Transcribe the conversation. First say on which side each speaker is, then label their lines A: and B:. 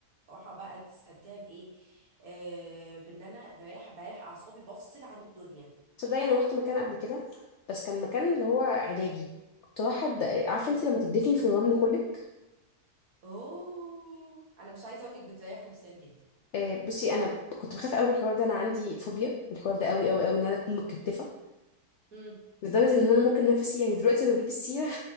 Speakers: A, on the right; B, on the left.
A: راحة بقى تستمتعي بايه آه بان انا بريح بريح اعصابي بفصل عن الدنيا
B: تصدقي انا روحت مكان قبل كده بس كان مكان اللي هو علاجي كنت واحد عارفه انت لما تدفني في الرمل كلك
A: اوه انا مش عايزه اقول لك بتريح نفسيا جدا
B: آه، بصي انا ب- كنت بخاف قوي من الحوار ده انا عندي فوبيا من الحوار ده قوي قوي قوي ان انا اكون متكتفه
A: امم
B: لدرجه ان انا ممكن نفسي يعني دلوقتي وانا بجيب السيره <laughs>